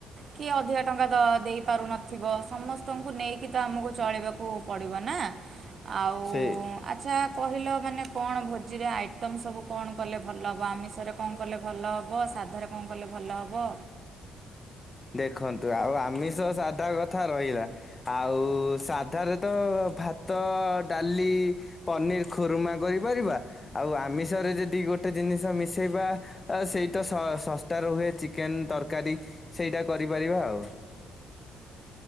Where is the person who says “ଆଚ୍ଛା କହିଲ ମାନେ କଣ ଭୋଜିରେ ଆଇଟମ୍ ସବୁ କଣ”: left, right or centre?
Right